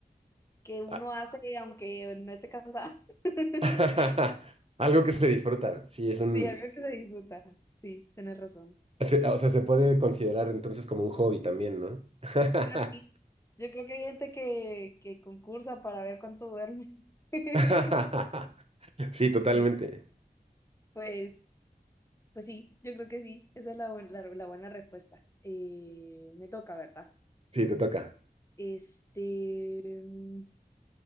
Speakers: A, on the left (about 20°); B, on the right (about 40°).
A: que uno
B: a-
A: hace aunque no esté cansado. <laughs>
B: <laughs> algo que se disfruta. Sí, es un...
A: Sí, algo que se disfruta. Sí, tienes razón.
B: se- O sea, se puede considerar entonces como un hobby también, ¿no? <laughs>
A: Creo que sí. Yo creo que hay gente que, que concursa para ver cuánto duerme. <laughs>
B: <laughs> Sí, totalmente.
A: Sí, pues, pues sí, yo creo que sí. Esa es la, bu- la- la buena respuesta. Eh, me toca, ¿verdad?
B: Sí, te toca.
A: Este, mm,